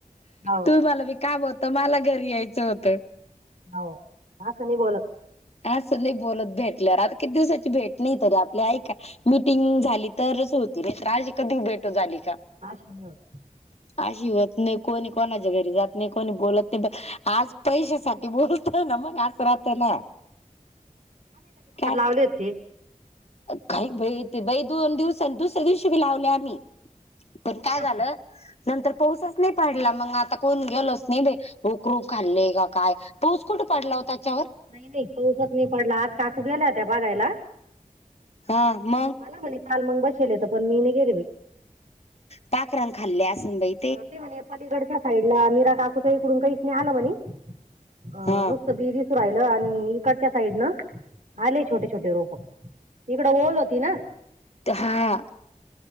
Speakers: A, on the right; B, on the left.
A: हो
B: तुमाला बी काम होत मला घरी यायचं होत.
A: आहो असं मी बोलत.
B: असं नाही बोलत भेटल्यावर आता किती दिवसझा मची भेट नाही तरी आपल्या ऐका मीटिंग झाली तरच होती नाहीतर आज कधी भेट <unintelligible> झाली का?
A: असं नाही होत
B: आशी होत नाही कोणी कोणाच्या घरी जात नाही कोणी बोलत नाही बघ आज पैश्या साठी बोलतोना मग आस राहत ना काय?
A: आले थे
B: काही बाई ते बाई दोन दिवसान दुसऱ्या दिवशी बी लावले आम्ही पण
A: तिथंच
B: काय झालं
A: का
B: नंतर पाऊसच नाही पाडला मग आता कोण गेलच नाही बाई. उकरू खाल्ले का काय पाऊस कुठ पाडला होता तेच्यावर?
A: नाही नाही पाऊसच नाही पडला आज काकू गेल्या होत्या बघायला
B: हा मग
A: मला म्हने काल मग बसलेत पण मीे नाही गेले बाई.
B: पाखरान खाल्ल्या आसन बाई.
A: ते म्हणे पलीकडच्या साईडला मीरा काकूच्या इकडून काहीच नाही आलं म्हणे
B: हा
A: बी दिसू राहिलं आणि इकडच्या साईड न आले छोटे छोटे रोप. इकडं ओल होती ना
B: हा